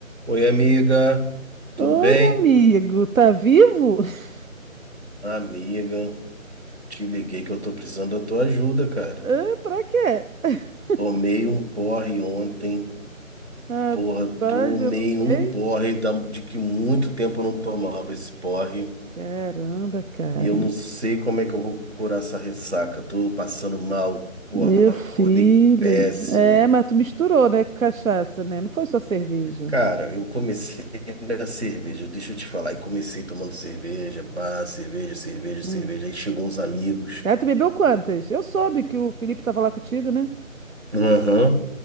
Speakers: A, on the right; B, on the right.
A: Oi, amiga, tudo
B: Oi,
A: bem?
B: amigo, tá vivo? <laughs>
A: Amiga, te liguei que eu tô precisando da tua ajuda, cara.
B: Ah, pra quê? <laughs>
A: Tomei um porre ontem,
B: Rapaz,
A: porra, tomei
B: eu não sei.
A: um porre da- de que muito tempo eu não tomava esse porre.
B: Caramba, cara.
A: E eu não sei como é que eu vou curar essa ressaca. Tô passando mal, porra,
B: Meu filho.
A: acordei péssimo.
B: É, mas tu misturou, né, com cachaça, né? Não foi só cerveja.
A: Cara, eu comecei na cerveja, deixa eu te falar, e comecei tomando cerveja, pá, cerveja, cerveja,
B: Hum.
A: cerveja. Aí chegou uns amigos.
B: Ah, tu bebeu quantas? Eu soube que o Felipe tava lá contigo, né?
A: Aham.